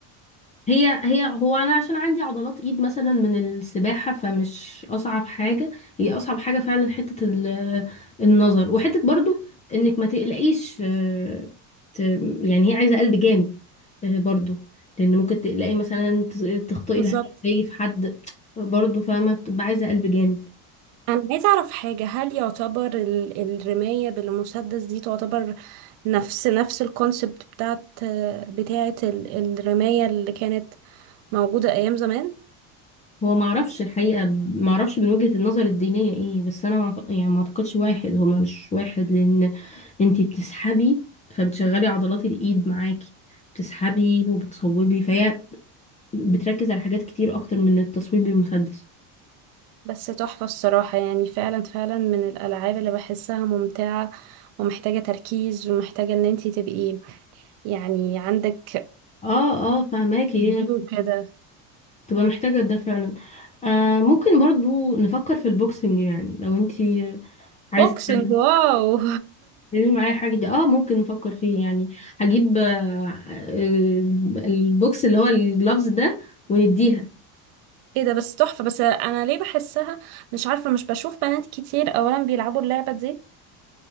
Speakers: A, on the left; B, on the right.
A: هي هي هو انا عشان عندي عضلات ايد مثلا من السباحه فمش اصعب حاجه هي اصعب حاجه فعلا حته ال- النظر وحته برضو انك ما تقلقيش آه، ت- يعني هي عايزه قلب جامد آه، برضو لان ممكن تقلقي مثلا ت- تخطئي
B: بالظبط
A: الهدف تيجي في حد برضو فما بتبقى عايزه قلب جامد
B: انا عايزة اعرف حاجة هل يعتبر ال- الرماية بالمسدس دي تعتبر نفس نفس الكونسبت بتاعت آه، بتاعت ال- الرماية اللي كانت موجودة ايام زمان
A: هو ما اعرفش الحقيقه ما اعرفش من وجهه النظر الدينيه ايه بس انا ما أعت- يعني ما اعتقدش واحد هو مش واحد لان انتي بتسحبي فبتشغلي عضلات الايد معاكي بتسحبي وبتصوبي فهي بتركز على حاجات كتير اكتر من التصويب بالمسدس
B: بس تحفة الصراحة يعني فعلا فعلا من الألعاب اللي بحسها ممتعة ومحتاجة تركيز ومحتاجة ان انتي تبقي يعني عندك
A: اه اه فهماكي
B: فيو
A: هي
B: كده
A: بتبقى محتاجة ده فعلا آه ممكن برضو نفكر في البوكسنج يعني لو انتي عايزة
B: بوكسنج
A: تعملي
B: واو
A: تعملي معايا حاجة دي اه ممكن نفكر فيه يعني هجيب آه آه، البوكس اللي هو الجلافز ده ونديها
B: <laughs> ايه ده بس تحفة بس انا ليه بحسها مش عارفة مش بشوف بنات كتير اولا بيلعبوا اللعبة دي